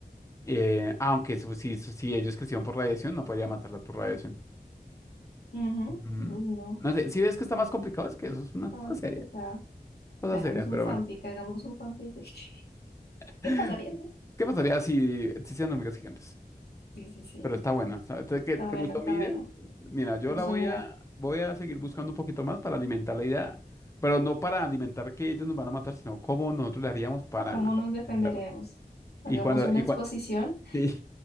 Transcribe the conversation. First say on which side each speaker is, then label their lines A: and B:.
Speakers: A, on the left; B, on the left.
A: Eh, aunque su- si, su- si ellos crecieron por radiación, no podría matarlas por radiación.
B: Ujú.
A: Mm,
B: Uy, no.
A: no sé, si ves que está más complicado, es que eso es una
B: Está
A: cosa
B: más
A: seria.
B: complicada.
A: Cosa
B: Hagamos
A: seria,
B: un
A: pero
B: fanfic,
A: bueno.
B: hagamos un fanfic. <laughs> ¿Qué
A: <laughs>
B: pasaría? sí?
A: ¿Qué pasaría si existieran hormigas gigantes?
B: Sí, sí, sí.
A: Pero está buena. está- ¿Te, que-
B: Está
A: te
B: buena,
A: gustó
B: está
A: mi idea?
B: buena.
A: Mira, yo
B: Entonces,
A: la voy
B: mira,
A: a, voy a seguir buscando un poquito más para alimentar la idea, pero no para alimentar que ellos nos van a matar, sino cómo nosotros le haríamos para
B: ¿cómo nos defenderemos?
A: vencerla.
B: Hagamos
A: Y cuando,
B: una
A: y
B: exposición
A: cuando, <laughs> sí,